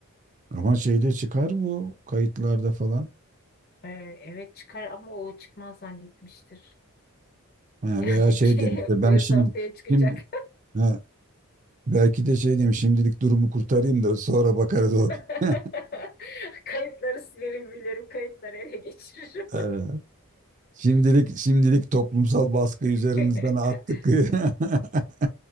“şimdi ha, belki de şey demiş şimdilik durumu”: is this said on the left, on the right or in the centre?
Right